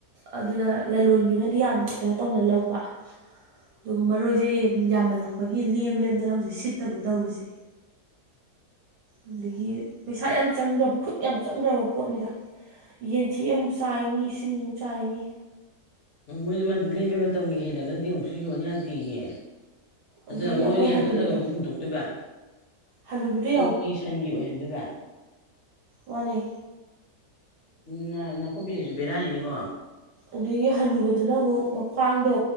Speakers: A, on the right (about 70°); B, on the left (about 55°).
A: ꯑꯗꯨꯅ ꯂꯂꯣꯟꯕꯤꯅꯗꯤ ꯌꯥꯝ ꯀꯩꯅꯣ ꯇꯧꯅ ꯂꯧꯕ ꯑꯗꯨꯒ ꯃꯔꯣꯏꯁꯦ ꯌꯥꯝꯃꯜꯂꯛꯄꯒꯤ ꯂꯦꯝ ꯂꯦꯝꯗꯅ ꯍꯧꯖꯤꯛ ꯁꯤꯠꯇꯕꯤ ꯇꯧꯔꯤꯁꯦ ꯑꯗꯒꯤ ꯄꯩꯁꯥ ꯌꯥꯝ ꯆꯪꯈ꯭ꯔꯕ ꯈꯨꯠ ꯌꯥꯝ ꯆꯪꯈ꯭ꯔꯕ ꯄꯣꯠꯅꯤꯗ ꯌꯦꯟꯊꯤ ꯑꯃꯨꯛ ꯆꯥꯏꯅꯤ ꯏꯁꯤꯡ ꯑꯃꯨꯛ ꯆꯥꯏꯅꯤ
B: ꯎꯝ ꯃꯣꯏꯁꯨ ꯂꯦꯝꯕꯩ ꯃꯇꯝꯒꯤ ꯍꯦꯜꯂꯒꯗꯤ ꯑꯃꯨꯛꯁꯨ ꯌꯣꯟ ꯌꯥꯗꯦ ꯑꯗꯨꯗꯤꯒꯤ ꯑꯗꯨꯗ
A: ꯑꯗꯒꯤ
B: ꯑꯃꯨꯛ
A: ꯑꯩꯈꯣꯏ
B: ꯂꯣꯏꯂꯦꯟꯅ
A: ꯍꯅꯨꯕꯤꯗꯣ
B: ꯊꯠꯂꯒ ꯑꯃꯨꯛ ꯍꯨꯟꯗꯣꯛꯇꯣꯏꯕ
A: ꯍꯅꯨꯕꯤꯗꯣ
B: ꯑꯣꯣꯛꯀꯤ ꯁꯟꯒꯤ ꯑꯣꯏꯍꯟꯗꯣꯏꯕ
A: ꯃꯅꯤ
B: ꯎ ꯅꯅꯥ ꯀꯣꯄꯤꯁꯨꯕꯔꯥꯅꯤꯅꯦꯀꯣ
A: ꯑꯗꯒꯤ ꯍꯟꯅꯨꯕꯗꯨꯅ ꯑꯃꯨꯛ ꯃꯈ꯭ꯋꯥꯡꯗꯣ